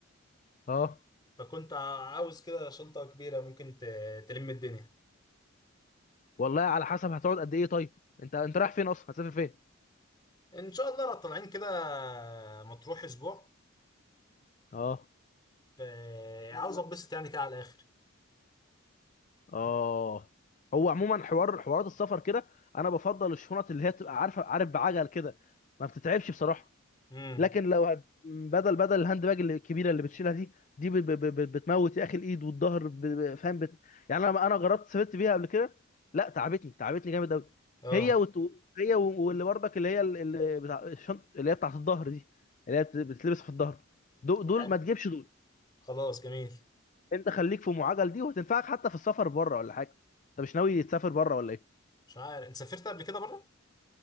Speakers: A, on the left; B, on the left.
A: اه
B: فكنت عاوز كده شنطه كبيره ممكن ت- تلم الدنيا
A: والله على حسب هتقعد قد ايه طيب انت انت رايح فين اصلا هتسافر فين
B: ان شاء الله لو طالعين كده مطروح اسبوع
A: اه
B: ف-
A: حلو
B: عاوز
A: ده
B: اتبسط يعني كده على الاخر
A: اه هو عموما حوار حوارات السفر كده انا بفضل الشنط اللي هي تبقى عارفه عارف بعجل كده ما بتتعبش بصراحه
B: امم
A: لكن لو هت- بدل بدل الهاند باج اللي- الكبيره اللي بتشيلها دي دي ب- ب- ب- بتموت يا اخي الايد والظهر ب- ب- فاهم بت... يعني انا انا جربت سافرت بيها قبل كده لا تعبتني تعبتني جامد قوي
B: اه
A: هي وت... هي و- واللي برضك اللي هي ال- اللي بتاع الشنط اللي هي بتاعت الظهر دي اللي هي بت- بتلبس في الظهر دول,
B: طب
A: دول
B: حلو
A: ما تجيبش دول
B: خلاص جميل
A: انت خليك في ام عجل دي وهتنفعك حتى في السفر بره ولا حاجه انت مش ناوي تسافر بره ولا ايه
B: مش عارف انت سافرت قبل كده بره